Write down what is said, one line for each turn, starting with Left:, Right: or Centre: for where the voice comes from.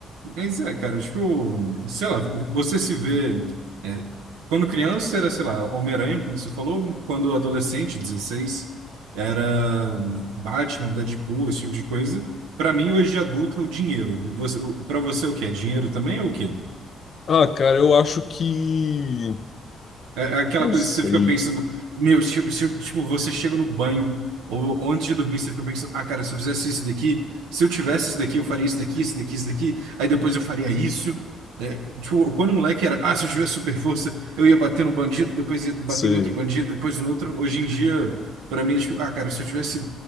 Right: Mas é, cara, tipo, sei lá, você se vê. é, quando criança era, sei lá, Homem-Aranha, como você falou, quando adolescente, 16 era hum, Batman, Deadpool, esse tipo de coisa. Pra mim, hoje de adulto, é o dinheiro. Você, o- pra você, o que é? Dinheiro também ou o quê?
Left: Ah, cara, eu acho que
Right: É é aquela
Left: Não
Right: coisa
Left: sei,
Right: que você fica pensando, meu, tipo se, eu- tipo, você chega no banho ou, ou antes de dormir, você fica pensando, ah, cara, se eu fizesse isso daqui, se eu tivesse isso daqui, eu faria isso daqui, isso daqui, isso daqui, aí depois eu faria isso. É, tipo, quando o moleque era, ah, se eu tivesse super força, eu ia bater no bandido, depois ia bater
Left: sei.
Right: em outro bandido, depois no outro. Hoje em dia, pra mim, é tipo, ah, cara, se eu tivesse